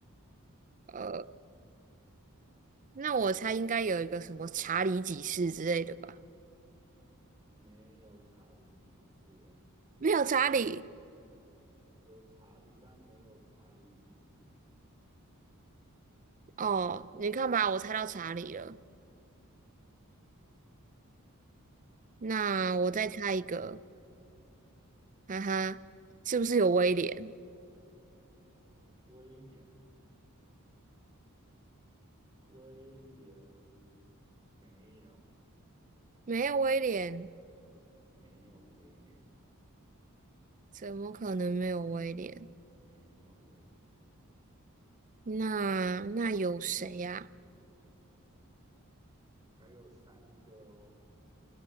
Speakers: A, on the right (about 35°); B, on the right (about 15°).
A: 呃，那我猜应该有一个什么查理几世之类的吧？
B: 没有查理几世，诶，
A: <laughs> 没有查理
B: 有查理，但没有查理几世，
A: 哦，你看吧，我猜到查理了。那我再猜一个，
B: 很厉害。
A: 哈哈，是不是有威廉？
B: 威廉哦，威廉没有，
A: 没有威廉，
B: 没有威廉，
A: 怎么可能没有威廉？
B: 没有威廉，
A: 那那有谁呀、
B: 还有三个哦。